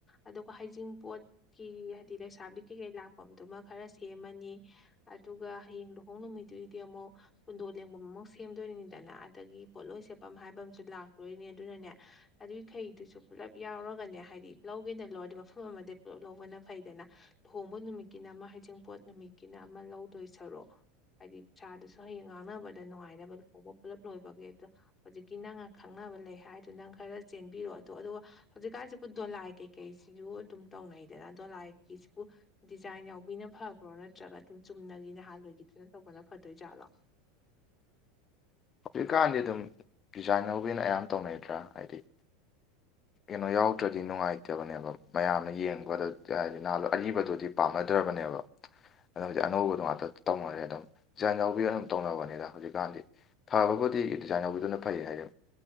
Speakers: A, on the left (about 15°); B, on the left (about 30°).
A: ꯑꯗꯨꯒ ꯍꯩꯖꯤꯡ ꯄꯣꯠꯀꯤ ꯍꯥꯏꯗꯤ ꯂꯩꯁꯥꯕꯤ ꯀꯩꯀꯩ ꯂꯥꯛꯐꯝꯗꯨꯃ ꯈꯔ ꯁꯦꯝꯃꯅꯤ꯫ ꯑꯗꯨꯒ ꯍꯌꯦꯡ ꯂꯨꯍꯣꯡ ꯅꯨꯃꯤꯠꯇꯨꯒꯤꯗꯤ ꯑꯃꯨꯛ ꯀꯨꯟꯗꯣ ꯂꯦꯡꯕꯝ ꯑꯃꯨ ꯁꯦꯝꯗꯣꯏꯅꯤꯗꯅ ꯑꯗꯒꯤ ꯄꯣꯠꯂꯣꯏ ꯁꯦꯠꯄ ꯍꯥꯏꯕ ꯑꯃꯁꯨ ꯂꯥꯛꯇꯣꯏꯅꯤ ꯑꯗꯨꯅꯅꯦ ꯑꯗꯨꯏꯈꯩꯗꯨꯁꯨ ꯄꯨꯜꯂꯞ ꯌꯥꯎꯔꯒꯅꯦ ꯍꯥꯏꯗꯤ ꯂꯧꯒꯦꯅ ꯂꯧꯔꯗꯤ ꯃꯐꯝ ꯑꯃꯗꯒꯤ ꯄꯨꯂꯞ ꯂꯧꯕꯅ ꯐꯩꯗꯅ ꯂꯨꯍꯣꯡꯕ ꯅꯨꯃꯤꯠꯀꯤꯅ ꯑꯃ ꯍꯩꯖꯤꯡꯄꯣꯠ ꯅꯨꯃꯤꯠꯀꯤꯅ ꯑꯃ ꯂꯧꯗꯣꯏꯁꯔꯨꯛ ꯄꯩꯁꯥꯗꯨꯁꯨ ꯍꯌꯦꯡ ꯉꯥꯡꯅꯕꯗ ꯅꯨꯡꯉꯥꯏꯅꯕ ꯂꯍꯣꯡꯕ ꯄꯨꯜꯂꯞ ꯂꯣꯏꯕꯒ ꯍꯦꯛꯇ ꯍꯧꯖꯤꯛꯀꯤ ꯅꯪꯅ ꯈꯪꯅꯕ ꯂꯩ ꯍꯥꯏꯗꯨ ꯅꯪ ꯈꯔ ꯆꯦꯟꯕꯤꯔꯣꯑꯣ ꯑꯗꯣ ꯑꯗꯨꯒ ꯍꯧꯖꯤꯛꯀꯥꯟꯖꯦ ꯗꯣꯂꯥꯏ ꯀꯩꯀꯩꯁꯨ ꯑꯗꯨꯝ ꯇꯧꯅꯩꯗꯅ ꯗꯣꯂꯥꯏꯒꯤꯁꯤꯕꯨ ꯗꯤꯖꯥꯏꯟ ꯌꯥꯎꯕꯤꯅ ꯐꯕ꯭ꯔꯣ ꯅꯠꯇ꯭ꯔꯒ ꯑꯗꯨꯝ ꯆꯨꯝꯅꯒꯤ ꯅꯍꯥꯟꯋꯥꯏꯒꯤꯗꯨꯅ ꯇꯧꯕꯅ ꯐꯗꯣꯏ ꯖꯥꯠꯂꯣ꯫
B: ꯍꯧꯖꯤꯛꯀꯥꯟꯗꯤ ꯑꯗꯨꯝ ꯗꯤꯖꯥꯏꯟ ꯌꯧꯕꯤꯅ ꯑꯌꯥꯝ ꯇꯧꯅꯩꯗ꯭ꯔꯥ ꯍꯥꯏꯗꯤ꯫ ꯀꯩꯅꯣ ꯌꯥꯎꯗ꯭ꯔꯗꯤ ꯅꯨꯡꯉꯥꯏꯇꯕꯅꯦꯕ ꯃꯌꯥꯝꯅ ꯌꯦꯡꯕꯗꯗꯤ ꯅꯍꯥꯜꯣ ꯑꯔꯤꯕꯗꯨꯗꯤ ꯄꯥꯝꯅꯗ꯭ꯔꯕꯅꯦꯕ꯫ ꯑꯗꯨꯝꯗꯤ ꯑꯅꯧꯕꯗꯨꯣ ꯉꯥꯛꯇ ꯇꯧꯅꯔꯦ ꯑꯗꯨꯝ ꯗꯤꯖꯥꯏꯟ ꯌꯥꯎꯕꯤ ꯑꯣꯏꯅ ꯇꯧꯅꯕꯅꯦꯗ ꯍꯧꯖꯤꯛꯀꯥꯟꯗꯤ꯫ ꯐꯕꯕꯨꯗꯤ ꯗꯤꯖꯥꯏꯟ ꯌꯥꯎꯕꯗꯨꯅ ꯐꯩꯌꯦ ꯍꯥꯏꯌꯦ